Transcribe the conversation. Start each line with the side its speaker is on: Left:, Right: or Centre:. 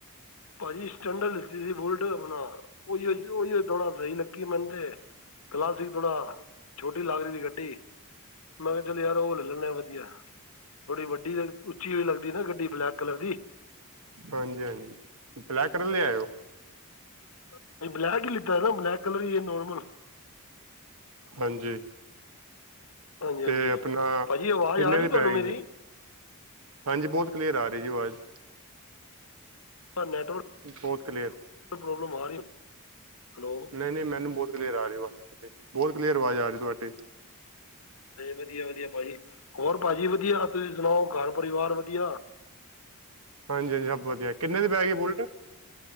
Left: ਭਾਜੀ ਸਟੈਂਡਰਡ ਲਿੱਤੀ ਸੀ, ਬੁਲਟ ਆਪਣਾ। ਉਹੀ ਉਹੀ ਥੋੜਾ ਸਹੀ ਲੱਗੀ ਮੈਨੂੰ ਤੇ। ਕਲਾਸਿਕ? ਥੋੜਾ ਛੋਟੀ ਲੱਗਦੀ ਸੀ ਗੱਡੀ ਮੈਂ ਕਿਹਾ ਚੱਲ ਯਾਰ ਉਹ ਲੈ ਲਣੇ ਆ ਵਧੀਆ। ਥੋੜੀ ਵੱਡੀ ਲ ਉੱਚੀ ਹੋਈ ਲੱਗਦੀ ਨਾ ਗੱਡੀ ਬਲੈਕ ਕਲਰ ਦੀ।
Right: ਹਾਂਜੀ ਹਾਂਜੀ, ਬਲੈਕ ਕਲਰ ਲੈ ਆਇਓ।
Left: ਨਹੀਂ ਬਲੈਕ ਹੀ ਲਿੱਤਾ ਹੈ ਨਾ ਬਲੈਕ ਕਲਰ ਹੀ ਹੈ ਨੋਰਮਲ।
Right: ਹਾਂਜੀ!
Left: ਹਾਂਜੀ ਹਾਂਜੀ
Right: ਤੇ ਆਪਣਾ,
Left: ਭਾਅ ਜੀ ਆਵਾਜ਼
Right: ਕਿੰਨੇ
Left: ਆ ਰਹੀ
Right: ਦੀ
Left: ਤੁਹਾਨੂੰ
Right: ਪੈ ਗਈ
Left: ਮੇਰੀ
Right: ਹੈ। ਹਾਂਜੀ, ਬਹੁਤ ਕਲੀਅਰ ਆ ਰਹੀ ਹੈ ਜੀ ਆਵਾਜ਼।
Left: ਸਰ ਨੈਟਵਰਕ
Right: ਬਹੁਤ ਕਲੀਅਰ
Left: ਪ੍ਰੋਬਲਮ ਆ ਰਹੀ। ਹੈਲੋ
Right: ਨਹੀਂ- ਨਹੀਂ ਮੈਨੂੰ ਬਹੁਤ ਕਲੀਅਰ ਆ ਰਹੀ, ਆਵਾਜ਼ ਤੁਹਾਡੀ, ਬਹੁਤ ਕਲੀਅਰ ਆਵਾਜ਼ ਆ ਰਹੀ ਤੁਹਾਡੀ।
Left: ਤੇ ਵਧੀਆ- ਵਧੀਆ ਭਾਜੀ, ਹੋਰ ਭਾਜੀ ਵਧੀਆ- ਤੁਸੀਂ ਸੁਣਾਓ, ਘਰ ਪਰਿਵਾਰ ਵਧੀਆ?
Right: ਹਾਂਜੀ-ਹਾਂਜੀ ਸਭ ਵਧੀਆ, ਕਿਨੇ ਦੀ ਪੈ ਗਈ ਬੁਲਟ।